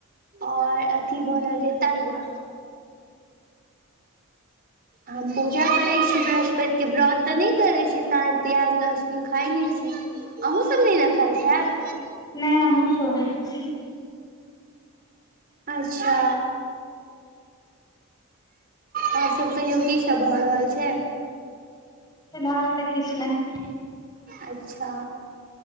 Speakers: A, on the right; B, on the left.
A: आओर अथि बनल रहै, तरुआ। हम पूजा करै छी बृहस्पैत के, व्रत त नै करै छी, ताईं पियाज लहसुन खाय नै छी। अहुंसब नहि न खाइत हैब।
B: नहि हमहूंसब नहि खाय छियै।
A: अच्छा आओर सब कहियौ की सब भ रहल छै।
B: फिलहाल त किछ नहि।
A: अच्छा